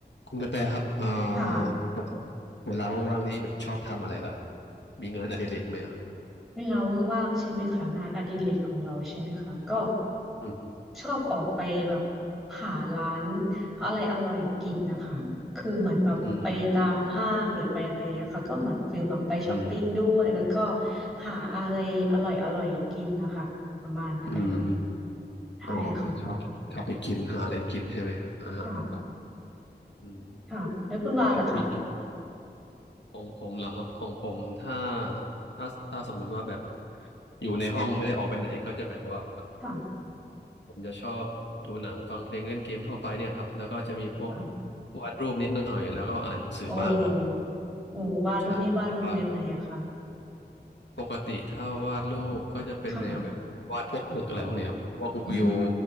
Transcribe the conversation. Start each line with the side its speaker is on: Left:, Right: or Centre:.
Left: คุณกระแตครับเอ่อ
Centre: ค่ะ
Left: ปกติเวลาว่างๆนี่แบบชอบทำอะไรเหรอครับมีงานอดิเรกไหมฮะ
Centre: เวลาว่างๆใช่ไหมคะงานอดิเรกของเราใช่ไหมคะก็
Left: อืม
Centre: ชอบออกไปแบบหาร้านอะไรอร่อยกินนะคะคือเหมือนแบบไปตามห้างหรือไปอะไรอย่างเงี้ยค่ะก็เหมือนคือแบบไปช้อปปิ้งด้วยแล้วก็
Left: อืมอืม
Centre: หาอะไรอร่อยอร่อยกินนะคะประมาณนั้นเลยค่ะ
Left: อืม
Centre: ใช่ค่ะ
Left: อ๋อชอบชอบไปกินหาอะไรกินใช่ไหมอ่าฮะครับ
Centre: ค่ะ
Left: อืม
Centre: ค่ะแล้วคุณวาล่ะคะ
Left: แบบมีของผมเหรอครับของผมถ้าถ้าถ้าสมมุติว่าแบบอยู่ในห้องไม่ได้ออกไปไหนก็จะแบบว่า
Centre: ค่ะ
Left: ผมจะชอบดูหนังฟังเพลงเล่นเกมทั่วไปเนี่ยครับแล้วก็จะมีพวก
Centre: ค่ะ
Left: วาดรูปนิดหน่อยแล้วก็อ่านหนังสือบ้างครับ
Centre: โอ้โอ้วาดรูปนี่วาดรูปแนวไหนอะคะ
Left: ใช่แต่ว่า ปกติถ้าวาดรูปก็จะเป็นแนวแบบวาดพวกตึกอะไรพวกเนี้ยครับพวกวิว
Centre: ค่ะอื